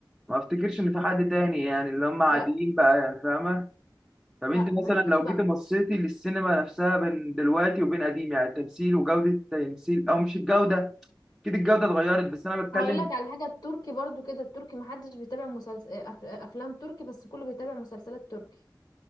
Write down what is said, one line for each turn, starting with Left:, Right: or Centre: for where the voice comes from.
Centre: ما افتكرش ان في حد تاني يعني اللي هم عاديين
Left: لا
Centre: بقى يعني فاهمه طب انت
Left: لا
Centre: مثلا
Left: مفيش
Centre: لو
Left: بقى
Centre: جيت بصيتي للسينما نفسها بين دلوقتي وبين قديم يعني التمثيل وجودة التمثيل او مش الجودة كده الجودة اتغيرت بس انا بتكلم
Left: هقول لك على حاجة التركي برضو كده التركي محدش بيتابع مسلسل أف... آه، أفلام تركي بس كله بيتابع مسلسلات تركي